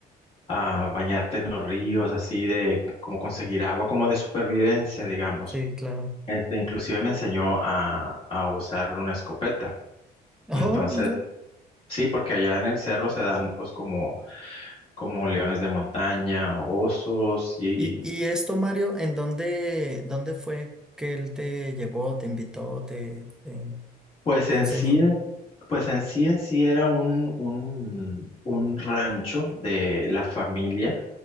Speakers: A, on the left; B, in the centre.
A: a bañarte en los ríos, así de como conseguir agua, como de supervivencia, digamos.
B: sí, claro.
A: Este, inclusive me enseñó a, a usar una escopeta.
B: Oh,
A: Entonces,
B: mira.
A: sí, porque allá en el cerro se dan pues como como leones de montaña, osos y
B: Y, y esto, Mario, ¿en dónde, dónde fue que él te llevó, te invitó, te, te,
A: pues
B: te
A: en
B: enseñó?
A: sí, pues en sí en sí era un, un, un rancho de la familia